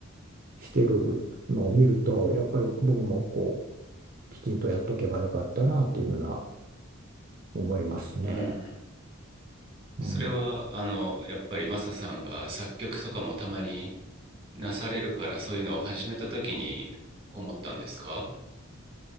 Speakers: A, on the right; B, on the right.
A: してるのを見るとやっぱり僕もこうきちんとやっとけばよかったなっていうのは思いますね。
B: うん。
A: うん、
B: それは、あの、やっぱりマサさんが作曲とかもたまになされるから、そういうのを始めた時に思ったんですか